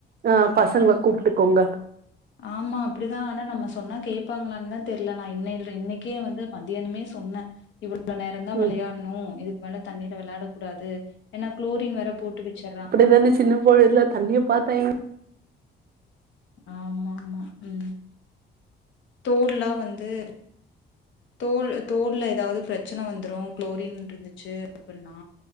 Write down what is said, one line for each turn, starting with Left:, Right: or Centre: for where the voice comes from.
Right: ஆ பசங்கள கூப்பிட்டுக்கோங்க
Left: ஆமா அப்படிதா ஆனா நம்ம சொன்னா கேட்பாங்களான்னு தா தெரில நா இன்னைல இன்னைக்கே வந்து மத்தியானமே சொன்னே இவ்ளோ வ்ளோ நேரந்தா
Right: ம்
Left: வெளையாட்ணு இதுக்கு மேல தண்ணீல வெளாடக் கூடாது ஏன்னா குளோரின் வேற போட்டு வச்சர்றா
Right: இது அந்து சின்னப் போயட்ல தண்ணிய பாத் பெய்ன்
Left: ஆம்ம ஆம்மா உம் தோல்லா வந்து தூல் தூல்ல எதாவ்து பிரச்சன வந்துரும் குளோரின் இருந்துச்சு அப்புன்னா